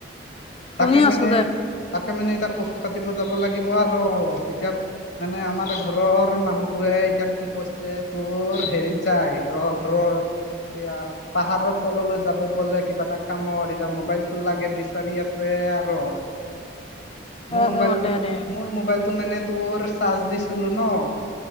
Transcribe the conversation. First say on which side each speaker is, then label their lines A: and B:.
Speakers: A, on the left; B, on the left.
A: তাকে
B: শুনি আছো
A: মানে,
B: দে
A: তাকে মানে এতিয়া কচুটো কাটিব যাব লাগিব আৰু এতিয়া। মানে আমাৰ ঘৰৰ মানুহটোৱে এতিয়া কি কৈছে তোৰ হেৰিত, যাই ৰ ৰ এয়া পাহাৰৰ তললৈ যাব বলে। কিবা এটা কামত এতিয়া মোবাইলটো লাগে বিচাৰি আছে আৰু। মোৰ
B: অ
A: মোবাইলটো
B: অ দে দে
A: মোৰ মোবাইলটো মানে তোৰ চাৰ্জ দিছিলো ন।